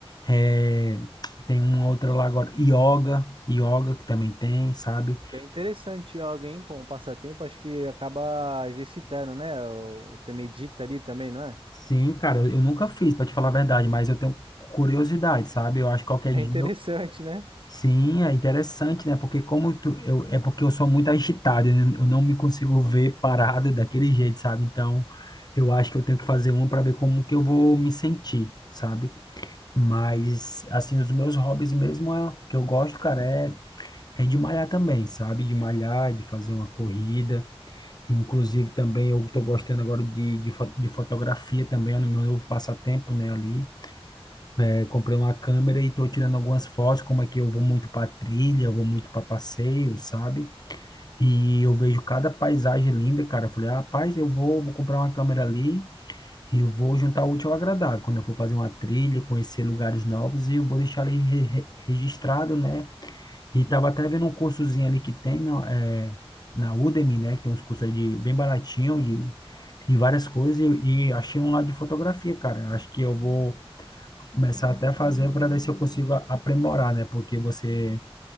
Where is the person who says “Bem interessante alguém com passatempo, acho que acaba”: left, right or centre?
Right